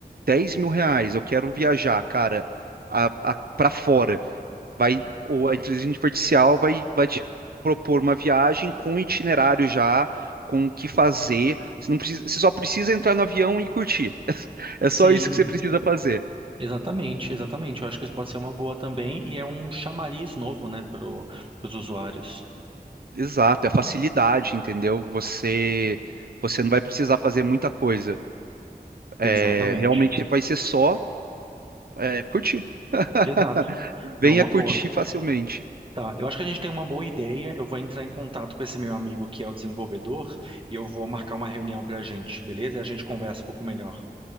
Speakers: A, on the right; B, on the right.
A: dez mil reais, eu quero viajar, cara, a, a, para fora vai, ou a inteligência artificial vai, vai te propor uma viagem com um itinerário já, com o que fazer. Você não precisa, você só precisa entrar no avião e curtir. <laughs> É só
B: Sim.
A: isso que você precisa fazer.
B: Exatamente, exatamente. Eu acho que isso pode ser uma boa também e é um chamariz novo, né, para os usuários.
A: Exato, é a facilidade, entendeu? Você você não vai precisar fazer muita coisa. É,
B: Exatamente.
A: realmente vai ser só é, curtir. <laughs>
B: Exato. Não,
A: Venha
B: uma
A: curtir
B: boa.
A: facilmente.
B: Tá, eu acho que a gente tem uma boa ideia. Eu vou entrar em contato com esse meu amigo que é o desenvolvedor e eu vou marcar uma reunião para a gente, beleza? E a gente conversa um pouco melhor.